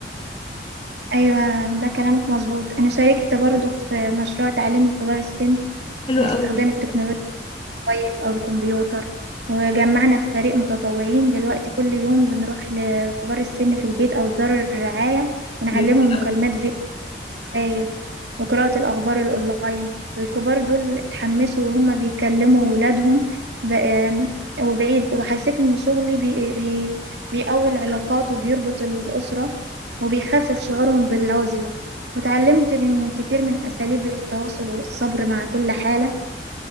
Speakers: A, on the right; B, on the left.
A: أيوة ده كلامك مظبوط أنا شاركت برضو في مشروع تعليم كبار السن
B: حلو
A: باستخدام
B: قوي
A: التكنولوجيا الموبايل أو الكمبيوتر وجمعنا فريق متطوعين دلوقتي كل يوم بنروح لكبار السن في البيت أو دار الرعاية ونعلمهم
B: جميل قوي
A: مكالمات فيديو رسائل وقراءة الأخبار الأونلاين الكبار دول اتحمسوا وهم بيكلموا ولادهم ب- آم، وبعيد وحسيت إن شغلي بي بي بيقوي العلاقات وبيربط الأسرة وبيخفف شعورهم بالعزلة وتعلمت من كتير من أساليب التواصل والصبر مع كل حالة